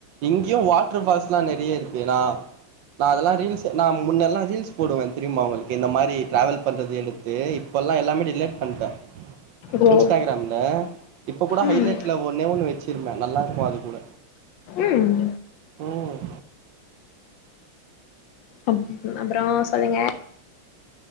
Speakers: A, on the right; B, on the left.
A: இங்கியு வாட்டர் ஃபால்ஸ்லா நெறைய இருக்கு நா நா அதெல்லா ரீல்ஸ் நா முன்னெல்லா ரீல்ஸ் போடுவே தெரியுமா உங்களுக்கு இந்த மாரி ட்ராவல் பண்றது எடுத்து இப்பல்லா எல்லாமே டிலேட் பண்ட்டே
B: ப்ரோ
A: இன்ஸ்டாகிராம்ல இப்போ கூட
B: ம்
A: ஹைலைட்ல ஒன்னே ஒன்னு வச்சுருந்தே நல்லாருக்கூ அது கூட
B: ம்
A: ம்
B: அப் அப்றோ சொல்லுங்க